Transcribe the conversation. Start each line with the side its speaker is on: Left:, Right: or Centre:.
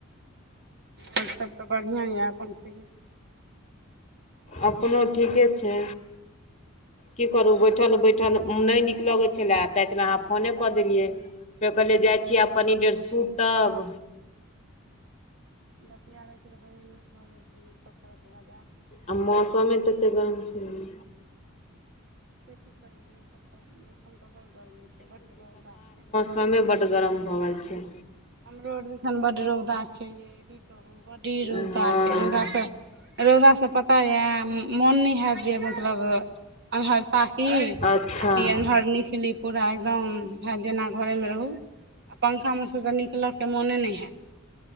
Right: और सब तऽ बढ़िआँ यै, अप्पन कहियौ?
Left: अपनो ठीके छै की करू बैठल बैठल नय नीक लगै छलय, तातमे अहाँ फोने कऽ देलियै। फेर
Right: हूँ
Left: कहलियै जाइ छी आब कनि देर सूत् तब
Right: बतिया लै छै कनी नीक भऽ जाइ छै, मुड त फ्रेश भऽ जैत।
Left: आ मौसमे ततेक गरम छैने
Right: से की करबै मौसम त, मौसम तऽ बड्ड गरमी छै, बड्ड रौदा छै।
Left: समे बड्ड गरम भऽ गेल छै।
Right: हमरो आर दिसन बड्ड रौदा छै यै की कहू? बडी रौदा
Left: हँ
Right: छै, रौदा स, रौदा से पता यै, मोन नै हैत जे मतलब, अन्हर ताकि,
Left: अच्छा
Right: आकि अन्हर निखली। पूरा एकदम, हैत जेना घरे मे रहु, आ पंखा में से त नि- ल के मोने नय हैत,